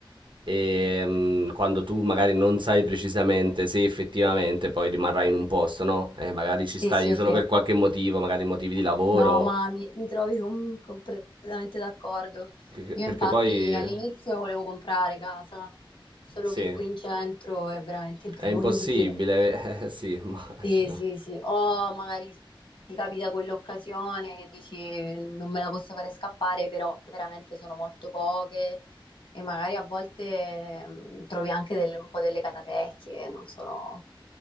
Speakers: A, on the right (about 65°); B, on the left (about 70°).
A: e, mm, quando tu magari non sai precisamente se effettivamente poi rimarrai in un posto, no? Eh, magari ci stai
B: Sì, sì,
A: solo
B: sì.
A: per qualche motivo, magari motivi di lavoro,
B: No, ma mi, mi trovi com- completamente d'accordo.
A: che- che-
B: Io
A: perché
B: infatti
A: poi...
B: all'inizio volevo comprare casa, solo
A: Sì.
B: che qui in centro è veramente <laughs> improponibile.
A: È impossibile, <laughs> eh, sì, immagino.
B: Sì, sì, sì. O magari ti capita quell'occasione che dici non me la posso fare scappare, però veramente sono molto poche e magari a volte mh, trovi anche delle- un po' delle catapecchie, non sono